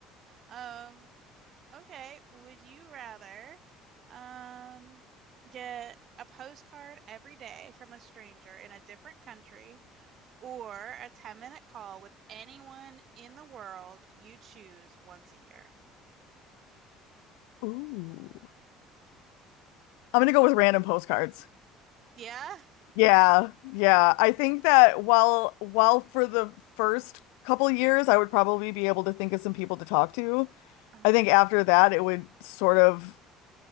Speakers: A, on the right; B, on the left.
A: Um, okay, would you rather um get a postcard every day from a stranger in a different country or a 10-minute call with anyone in the world you choose once a year?
B: Ooh. I'm gonna go with random postcards.
A: Yeah?
B: Yeah, yeah. I think that while while for the first couple years I would probably be able to think of some people to talk to,
A: Uh-huh.
B: I think after that it would sort of